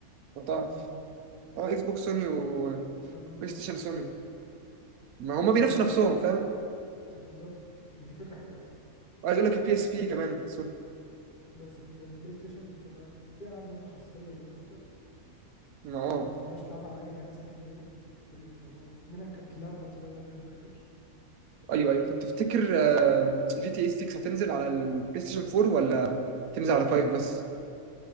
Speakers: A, on the right; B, on the left.
A: لو تعرف
B: بتهزر
A: اه اكس بوكس سوني وبلاي
B: انا اول مره
A: ستيشن
B: اعرف
A: سوني
B: الحوار ده
A: ما هما بينافسوا
B: هو انا الاكس
A: نفسهم
B: بوكس
A: فاهم
B: بالظبط ودي فكره حلوه اصلا
A: وعايز اقول لك البي اس بي كمان سوني
B: بس البلاي ستيشن بتبقى في العاب نازله حصريه ليه اكتر
A: ما اه
B: ما بتقدرش تلعبها على اي جهاز تاني غيره ودي بتبقى برضه منها كانت اللعبه بتاعت سبايدر مان فاكر
A: ايوه ايوه طب تفتكر جي تي اي 6 هتنزل على البلاي ستيشن 4 ولا تنزل على 5 بس